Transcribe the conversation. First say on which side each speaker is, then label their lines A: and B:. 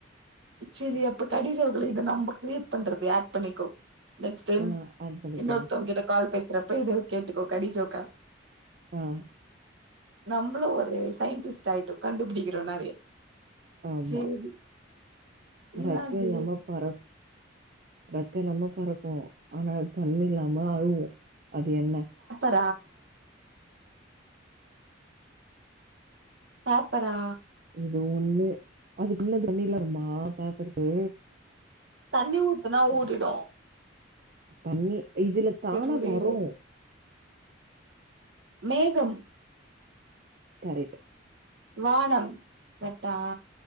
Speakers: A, on the right; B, on the right.
A: சரி அப்ப கடிஜோக் இல்ல இத நம்ம கிரியேட் பண்றது ஆட் பண்ணிக்கோ நெக்ஸ்ட் டைம்
B: ஆஹ் ஆட் பண்ணிக்கலாம்
A: இன்னொருத்தவங்க கிட்ட கால் பேசுறப்ப இது கேட்டுக்கோ கடிஜோக்கா
B: ஆஹ்
A: நம்மளு ஒரு சயின்டிஸ்ட் ஆயிட்டோ கண்டுபிடிக்கிறோ நெறைய
B: ஆமா
A: சேரி என்னாது
B: ரெக்க இல்லாம பறக் ரக்க இல்லாம பறக்கோ ஆனா அது கண் இல்லாம அழுவோ அது என்ன
A: ஆ பேப்பரா
B: ஏதோ ஒண்ணு அதுக்குள்ளே தண்ணிர் வருமா பேப்பருக்கு
A: தண்ணி ஊத்துனா ஊறிடு
B: தண்ணி இதுல தானா
A: செரி விடு
B: வரு
A: இரு மேகம்
B: ரைட்
A: வானம் கரக்டா